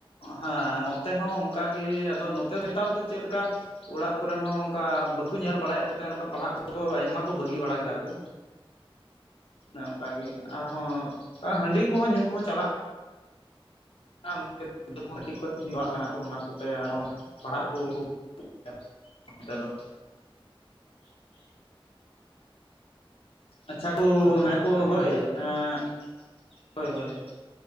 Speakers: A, on the left; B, on the right.
A: ᱦᱮᱸ ᱱᱚᱛᱮ ᱦᱚᱸ ᱚᱱᱠᱟᱜᱮ ᱟᱫᱚ ᱱᱚᱛᱮ ᱱᱮᱛᱟᱨ ᱫᱚ ᱪᱮᱫ ᱞᱮᱠᱟ ᱚᱲᱟᱜ ᱠᱚᱨᱮᱱ ᱦᱚᱸ ᱚᱱᱠᱟ ᱵᱟᱠᱚ ᱧᱮᱞ ᱵᱟᱲᱟᱭᱮᱫ ᱠᱚᱛᱮ ᱚᱱᱠᱟ ᱯᱟᱲᱦᱟᱜ ᱠᱚᱫᱚ ᱟᱭᱢᱟ ᱠᱚ ᱵᱟᱹᱜᱤ ᱵᱟᱲᱟ ᱠᱮᱫᱟ ᱠᱚ ᱚᱱᱮ ᱚᱱᱠᱟᱜ ᱜᱮ ᱟᱨᱦᱚᱸ ᱚᱱᱠᱟ ᱦᱟᱺᱰᱤ ᱠᱚᱦᱚᱸ ᱧᱩ ᱠᱚᱦᱚᱸ ᱪᱟᱞᱟᱜ <unintelligible> ᱜᱤᱫᱽᱨᱟᱹ ᱠᱟᱹᱴᱤᱡ ᱠᱷᱚᱡ <unintelligible> ᱠᱟᱱᱟ ᱠᱚ ᱚᱱᱟ ᱠᱚᱛᱮ ᱟᱨᱦᱚᱸ ᱯᱟᱲᱦᱟᱜ ᱠᱚ <unintelligible> ᱚᱱᱛᱮ ᱫᱚ
B: <inaudible>
A: ᱟᱪᱪᱷᱟ ᱜᱳᱻ
B: ᱚᱱᱟ
A: ᱢᱮᱠᱚ
B: ᱫᱚ ᱛᱟᱦᱮᱱ
A: ᱦᱳᱭ
B: ᱜᱮᱭᱟ
A: ᱮᱸᱻ ᱦᱳᱭ ᱦᱳᱭ ᱦᱳᱭ